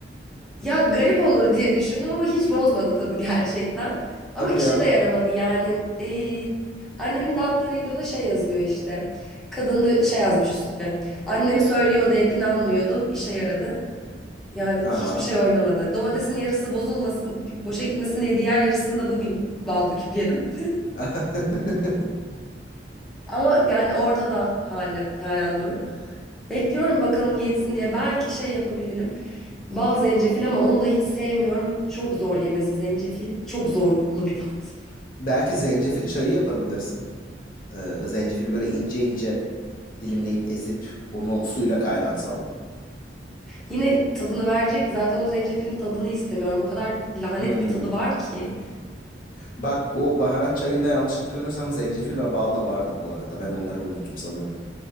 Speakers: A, in the centre; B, on the left (about 50°).
A: Ya garip olur diye düşündüm ama hiç bozmadı tadı gerçekten. Ama
B: Hadi
A: işe
B: ya.
A: de yaramadı yani. Ee, annemin dağıttığı videoda şey yazıyor işte. Kadın da şey yazmış üstüne. Annem söylüyordu hep inanmıyordum. İşe yaradı. Yani
B: Aha.
A: hiçbir şey oynamadı. Domatesin yarısı bozulmasın, boşa gitmesin diye diğer yarısını da bugün bal döküp yedim.
B: <laughs>
A: Ama yani ortada hali, halen durum. Bekliyorum bakalım geçsin diye. Belki şey yapabilirim. Bal zencefil ama onu da hiç sevmiyorum. Çok zor yemesi zencefil. Çok zorlu bir tat.
B: Belki zencefil çayı yapabilirsin. Ee, zencefili böyle ince ince dilimleyip ezip onu suyla kaynatsan.
A: Yine tadını verecek. Zaten o zencefilin tadını istemiyorum. O kadar lanet
B: Hmm.
A: bir tadı var ki.
B: Bak o baharat çayında yanlış hatırlamıyorsam zencefil ve bal da vardı bu arada. Ben onları unuttum sanırım.